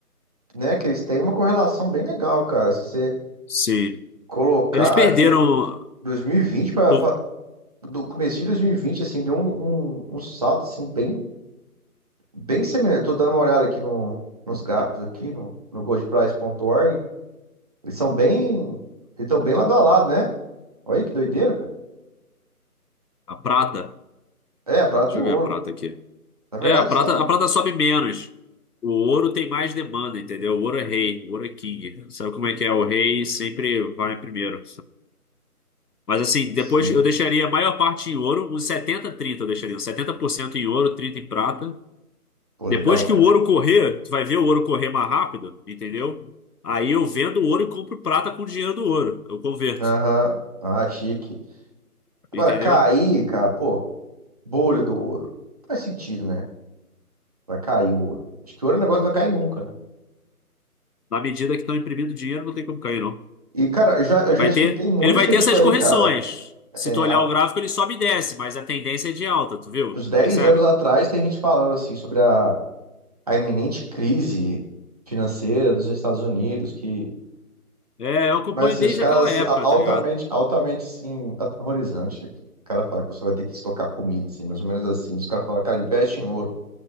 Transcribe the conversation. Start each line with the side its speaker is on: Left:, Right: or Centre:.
Right: né, que eles têm uma correlação bem legal, cara. Se você
Left: Sim.
Right: colocar
Left: Eles perderam
Right: aqui 2020 para
Left: um pouco
Right: do começo de 2020 assim, deu um, um, um salto assim bem bem semelhante. Tô dando uma olhada aqui no, nos gráficos aqui no, no goldprice.org. Eles são bem eles estão bem lado a lado, né? Olha aí que doideira, cara.
Left: a prata.
Right: É, a prata
Left: Deixa
Right: e o
Left: eu ver
Right: ouro.
Left: a prata aqui.
Right: Na verdade
Left: É, a prata,
Right: estão
Left: a prata sobe menos. O ouro tem mais demanda, entendeu? O ouro é rei, o ouro é king. Sabe como é que é? O rei sempre vai primeiro. Mas assim,
Right: Sim,
Left: depois eu deixaria a maior parte em ouro, uns 70 30 eu deixaria, uns 70% em ouro, 30 em prata.
Right: pô,
Left: Depois
Right: legal,
Left: que
Right: cara.
Left: o ouro correr, tu vai ver o ouro correr mais rápido, entendeu? Aí eu vendo o ouro e compro prata com o dinheiro do ouro, eu converto,
Right: Aham. Ah, chique. Agora
Left: entendeu?
Right: cair, cara, pô, bolha do ouro. Faz sentido, né? Vai cair o ouro. Acho que ouro é um negócio que vai cair nunca, né?
Left: Na medida que estão imprimindo dinheiro, não tem como cair, não.
Right: E, cara, eu já, eu
Left: Ele
Right: já
Left: vai
Right: escutei
Left: ter,
Right: muito
Left: ele vai
Right: sobre
Left: ter essas
Right: isso aí,
Left: correções.
Right: cara.
Left: Se
Right: É,
Left: tu olhar
Right: há
Left: o gráfico, ele sobe e desce, mas a tendência é de alta, tu viu?
Right: uns 10
Left: Percebe?
Right: anos atrás, tem gente falando, assim, sobre a, a iminente crise financeira dos Estados Unidos, que...
Left: É, eu acompanho
Right: Mas, assim,
Left: desde
Right: os caras,
Left: aquela
Right: assim,
Left: época,
Right: a- altamente,
Left: tá ligado?
Right: altamente, sim, aterrorizante. O cara fala que você vai ter que estocar comida, assim, mais ou menos assim. Os caras falam, cara, investe em ouro.